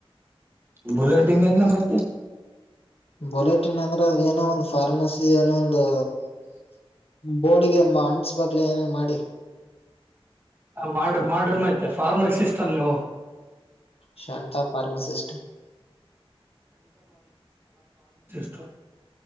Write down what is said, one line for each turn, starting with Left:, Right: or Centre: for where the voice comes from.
Right: ಬುಲೆಟಿಂಗ್ ಎಲ್ಲ ಮತ್ತೆ
Left: ಬುಲೆಟಿನ್ ಅಂದ್ರೆ ಅದ ಏನೋ ಒಂದು ಫಾರ್ಮಸಿ ಏನೋ ಒಂದು ಬೋಡಿಗೆ ಅನ್ಸಬಾಗಲ ಏನೇನ್ ಮಾಡಿ
Right: ಮಾಡ್ರಿ ಮಾಡ್ರ ಮತ್ತ ಫಾರ್ಮಸಿಸಿಸ ಅಲ್ ನೀವು
Left: ಶಾಂತ ಫಾರ್ಮಾಸಿಸಿಸ್ಟ.
Right: ತ್ತು